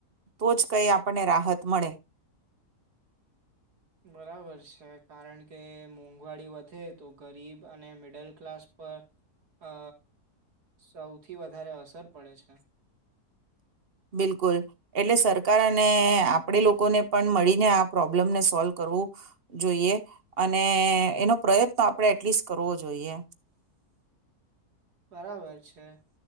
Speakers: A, on the right; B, on the right.
A: તો જ કઈ આપણને રાહત મળે.
B: બરાબર છે, કારણ કે મોંઘવારી વધે તો ગરીબ અને મિડલ ક્લાસ પર અ સૌથી વધારે અસર પડે છે.
A: બિલકુલ એટલે સરકાર અને આપણે લોકોને પણ મળીને આ પ્રોબ્લમને સોલ્વ કરવું જોઈએ અને એનો પ્રયત્ન તો આપણે એટલીસ્ટ કરવો જોઈએ.
B: બરાબર છે